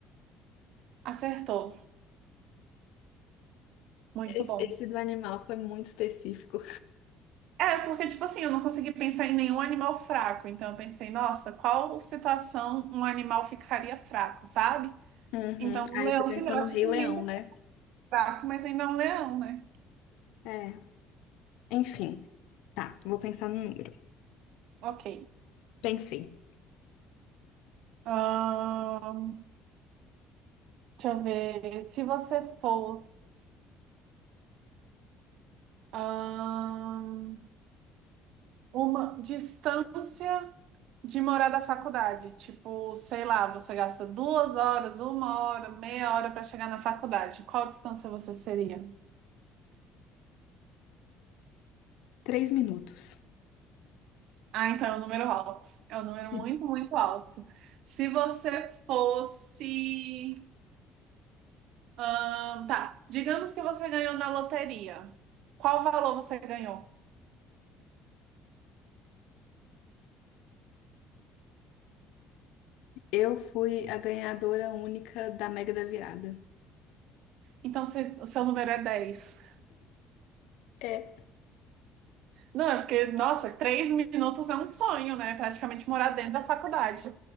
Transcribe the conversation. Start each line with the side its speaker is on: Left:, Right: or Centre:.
Right: Acertou. Muito
Left: Esse,
Right: bom.
Left: esse do animal foi muito específico.
Right: É, porque, tipo assim, eu não consegui pensar em nenhum animal fraco. Então, eu pensei, nossa, qual situação um animal ficaria fraco, sabe?
Left: Uhum.
Right: Então, um
Left: Aí
Right: leão
Left: você pensou
Right: filhote,
Left: no Rei
Right: se
Left: Leão,
Right: ninguém for
Left: né?
Right: fraco, mas ainda é um leão, né?
Left: É. Enfim, tá. Vou pensar no número.
Right: Ok.
Left: Pensei.
Right: Ahn, deixa eu ver. Se você fosse. ahn, Uma distância de morar da faculdade. Tipo, sei lá, você gasta duas horas, uma hora, meia hora para chegar na faculdade. Qual distância você seria?
Left: Três minutos.
Right: Ah, então é um número alto. É um número
Left: <laughs>
Right: muito, muito alto. Se você fosse. ahn, tá. Digamos que você ganhou na loteria. Qual valor você ganhou?
Left: Eu fui a ganhadora única da Mega da Virada.
Right: Então, se- o seu número é 10.
Left: É.
Right: Não, é porque, nossa, três minutos é um sonho, né? Praticamente morar dentro da faculdade.